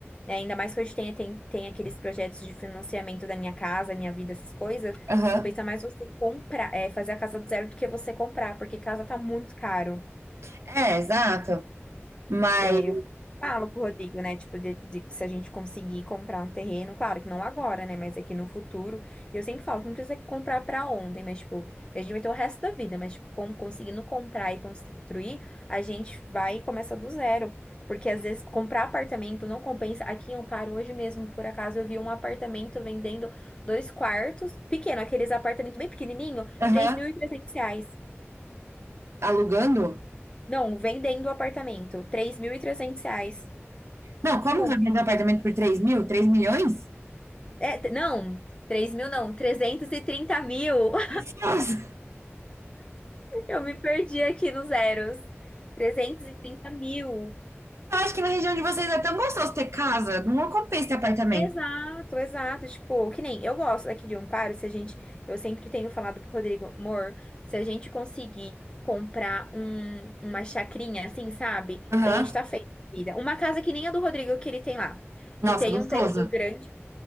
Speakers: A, on the left; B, on the right.
A: né? Ainda mais que hoje tem, tem, tem aqueles projetos de financiamento da minha casa, minha vida, essas coisas.
B: Aham.
A: Compensa mais você comprar, é, fazer a casa do zero do que você comprar, porque casa tá muito caro.
B: É, exato. Mas.
A: É, eu falo pro Rodrigo, né? Tipo, de, de que se a gente conseguir comprar um terreno, claro que não agora, né? Mas aqui no futuro. E Eu sempre falo que não precisa comprar pra ontem, mas, tipo, a gente vai ter o resto da vida, mas, tipo, com- conseguindo comprar e construir, a gente vai e começa do zero. Porque às vezes comprar apartamento não compensa. Aqui em Amparo, hoje mesmo, por acaso, eu vi um apartamento vendendo dois quartos, pequeno, aqueles apartamentos bem pequenininho,
B: Aham.
A: três mil e trezentos reais.
B: Alugando?
A: Não, vendendo o apartamento, 3.300 reais.
B: Não,
A: Tipo,
B: como que vai vender um apartamento por 3 mil? três milhões?
A: É, t- não, três mil não, trezentos e trinta mil. <laughs>
B: Delicioso.
A: Eu me perdi aqui nos zeros. Trezentos e trinta mil.
B: Eu acho que na região de vocês é tão gostoso ter casa. Não compensa ter apartamento.
A: Exato, exato. Tipo, que nem eu gosto daqui de Amparo, se a gente. Eu sempre tenho falado pro Rodrigo, amor, se a gente conseguir comprar um, uma chacrinha assim, sabe?
B: Aham.
A: A gente tá feito, vida. Uma casa que nem a do Rodrigo que ele tem lá.
B: Nossa,
A: Que tem
B: gostoso.
A: um terreno grande.